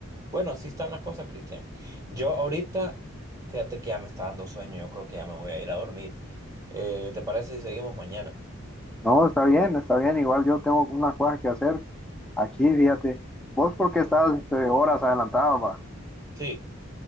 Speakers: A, on the right; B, in the centre.
A: bueno, así están las cosas, Cristian. Yo ahorita, fíjate que ya me está dando sueño, yo creo que ya me voy a ir a dormir. Eh, ¿te parece si seguimos mañana?
B: No, está bien, está bien. Igual yo tengo una cosa que hacer aquí, fíjate. Vos porque estás este, horas adelantado, va.
A: Sí,